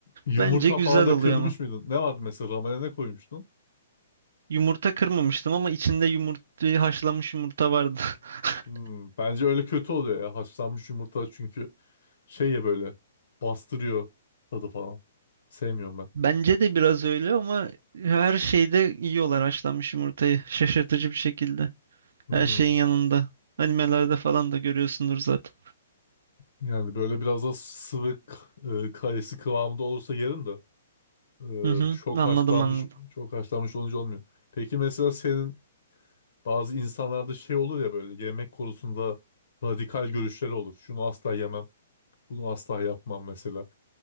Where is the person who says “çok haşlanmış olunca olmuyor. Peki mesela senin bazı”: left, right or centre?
Left